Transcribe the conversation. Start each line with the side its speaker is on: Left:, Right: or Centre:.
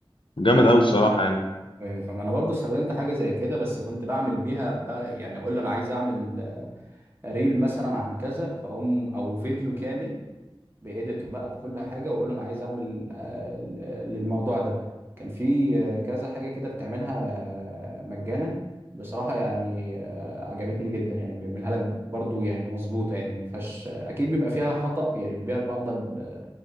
Left: جامد قوي الصراحه يعني
Right: ايوه فاهم انا برضو استخدمت حاجه زي كده بس كنت بعمل بيها بقى يعني اقول له انا عايز اعمل ريل مثلا عن كذا فاقوم او فيديو كامل بإيديته بقى بكل حاجه واقول له انا عايز اعمل آه، ل- آه، للموضوع ده كان في آه، كذا حاجه كده بتعملها آه، مجانا بصراحه يعني آه، عجبتني جدا يعني بيعملها لك برضو يعني مظبوطه يعني ما فيهاش اكيد بيبقى فيها خطأ يعني بيبقى بعض ال...